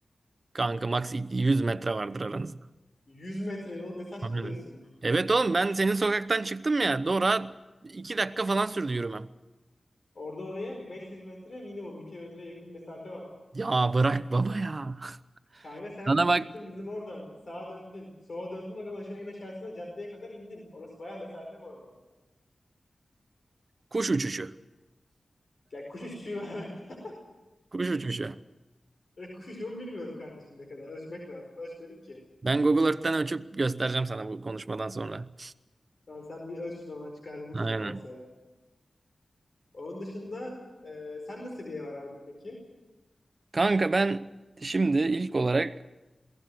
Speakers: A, on the right; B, on the left.
A: Kanka max 100 metre vardır aranızda.
B: 100 metre mi oğlum ne saçmalıyorsun?
A: Aynen. Evet oğlum ben senin sokaktan çıktım ya. Doğru 2 dakika falan sürdü yürümem.
B: Orada oraya bir 500 metre minimum bir kilometreye yakın mesafe var.
A: Ya bırak baba ya.
B: Kanka sen
A: Sana
B: çıktın
A: bak
B: bizim oradan sağa döndün sola döndün oradan aşağı en aşağısına caddeye kadar indin. Orası bayağı mesafe bu arada.
A: kuş uçuşu.
B: Ya kuş uçuşu var. <laughs>
A: Kuş uçuşu.
B: Ya Kuş uçuşu mu bilmiyorum kardeşim ne kadar ölçmek lazım. Ölçmedim ki.
A: Ben Google Earth'ten ölçüp göstereceğim sana bu konuşmadan sonra.
B: Tamam sen bir ölç bana çıkar vur
A: Aynen.
B: sonra masaya. Onun dışında e, sen nasıl bir ev arardın peki?
A: Kanka ben şimdi ilk olarak